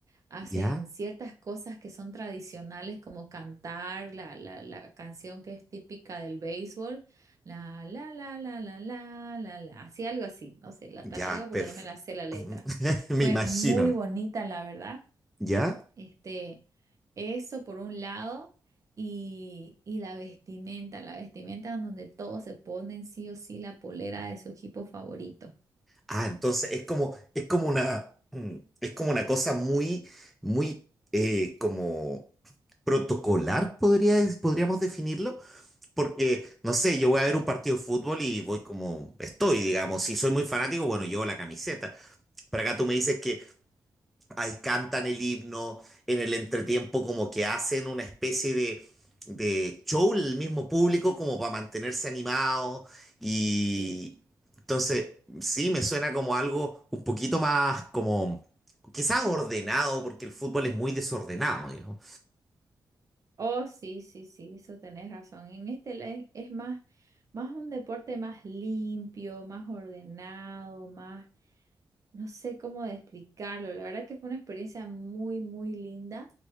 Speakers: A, on the right (about 40°); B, in the centre.
A: hacen
B: Ya,
A: ciertas cosas que son tradicionales como cantar la, la, la canción que es típica del béisbol, la la la la la la la la, así algo así, no sé, la
B: ya,
A: tarareo porque
B: perfecto.
A: no me la sé la letra.
B: <laughs> Me
A: Fue
B: imagino,
A: muy bonita, la verdad.
B: ¿ya?
A: Este, eso por un lado, y, y la vestimenta, la vestimenta en donde todos se ponen sí o sí la polera de su equipo favorito.
B: Ah, entonces es como, es como una, mm, es como una cosa muy, muy, eh, como protocolar, podría, podríamos definirlo. Porque, no sé, yo voy a ver un partido de fútbol y voy como estoy, digamos. Si soy muy fanático, bueno, llevo la camiseta. Pero acá tú me dices que ahí cantan el himno, en el entretiempo como que hacen una especie de, de show el mismo público como para mantenerse animado. Y
A: Sí.
B: entonces, sí, me suena como algo un poquito más como, quizás ordenado, porque el fútbol es muy desordenado,
A: Oh, sí, sí, sí, eso tenés razón. En este le- es más, más un deporte más limpio, más ordenado, más, no sé cómo de explicarlo. La verdad que fue una experiencia muy, muy linda,